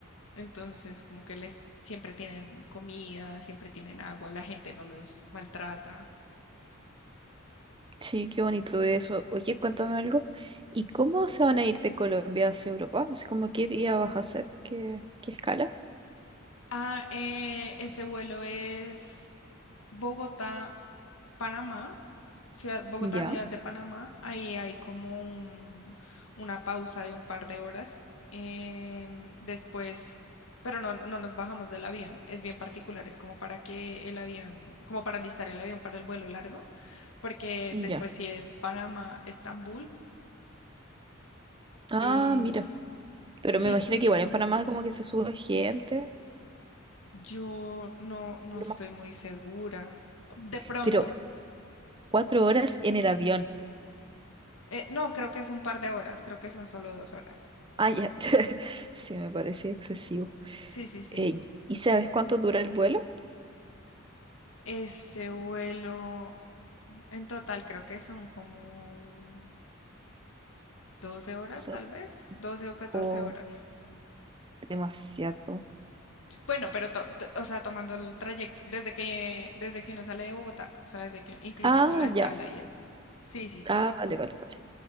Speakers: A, on the left; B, on the right.
A: entonces como que les siempre tienen comida, siempre tienen agua, la gente no los maltrata.
B: sí, qué bonito eso. Oye, cuéntame algo. ¿Y cómo se van a ir de Colombia hacia Europa? Así como, ¿qué día vas a hacer? ¿Qué, qué escala?
A: Ah, eh, ese vuelo es Bogotá, Panamá, ciudad, Bogotá,
B: Ya,
A: ciudad de Panamá. Ahí hay como un, una pausa de un par de horas. Em, después, pero no, no nos bajamos del avión. Es bien particular, es como para que el avión, como para listar el avión para el vuelo largo, porque
B: ya.
A: después sí es Panamá, Estambul.
B: Ah,
A: eh,
B: mira. Pero
A: sí,
B: me imagino
A: y
B: que igual
A: ya.
B: en Panamá como que se sube gente.
A: Yo no, no
B: lo
A: estoy
B: más-
A: muy segura. De pronto.
B: Pero cuatro horas en el avión.
A: Eh, no, creo que es un par de horas, creo que son solo dos horas.
B: Ah, ya. <laughs> Sí, me parece excesivo.
A: Sí, sí, sí.
B: Eh, ¿y sabes cuánto dura el vuelo?
A: Ese vuelo, en total creo que son como 12
B: Son-
A: horas, tal vez, 12 o 14
B: o-
A: horas.
B: es demasiado.
A: Bueno, pero, to- to- o sea, tomando el trayecto, desde que, desde que uno sale de Bogotá, o sea, desde que, incluyendo
B: Ah,
A: la escala
B: ya.
A: y esto. Sí, sí, sí.
B: Ah, vale, vale, vale.